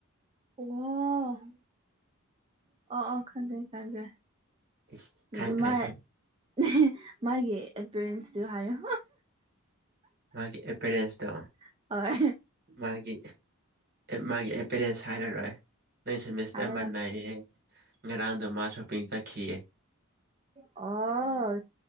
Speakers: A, on the right (about 25°); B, on the right (about 45°).
A: ꯍꯜꯂꯣ ꯑꯣ ꯑꯣ <unintelligible>
B: ꯏꯁ
A: ꯎꯝ
B: ꯈꯪꯈ꯭ꯔꯦ
A: ꯃꯥꯏ
B: ꯈꯪꯈ꯭ꯔꯦ
A: <unintelligible> ꯃꯥꯒꯤ ꯑꯦꯄꯤꯔꯦꯟꯁꯇꯨ ꯍꯥꯏꯌꯨ
B: ꯃꯥꯒꯤ ꯑꯦꯄꯦꯔꯦꯟꯁꯗ
A: ꯍꯣꯏ
B: ꯃꯥꯒꯤ ꯃꯥꯒꯤ ꯑꯦꯄꯦꯔꯦꯟꯁ ꯍꯥꯏꯔꯔꯣꯏ ꯅꯣꯏ ꯁꯦꯃꯦꯁꯇꯔ
A: ꯍꯥꯏꯌꯣ
B: ꯃꯟꯅꯥꯏ ꯉꯔꯥꯡꯗꯣ ꯃꯥꯁꯣ ꯄꯤꯀ ꯆꯠꯈꯤꯌꯦ
A: ꯑꯣ